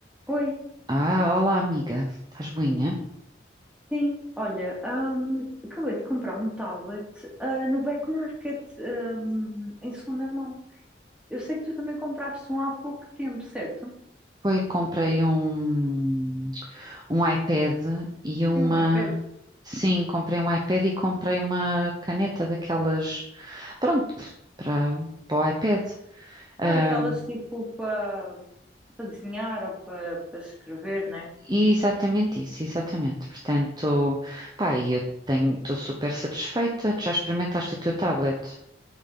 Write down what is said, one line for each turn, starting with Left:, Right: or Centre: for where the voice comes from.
Centre: Oi,
Right: Ah, olá amiga, estás boinha?
Centre: sim. Olha, hum, acabei de comprar um tablet, ah, no Back Market, hum, em segunda mão. Eu sei que tu também compraste um há pouco tempo, certo?
Right: Foi, comprei um, um iPad e uma.
Centre: Sim, um iPad.
Right: Sim, comprei um iPad e comprei uma caneta daquelas. Pronto, para, para o iPad. Ahm,
Centre: Ah, daquelas tipo para desenhar ou para escrever, né?
Right: e exatamente isso, exatamente. Portanto, pá, e eu tenho, estou super satisfeita. Tu Já experimentaste o teu tablet?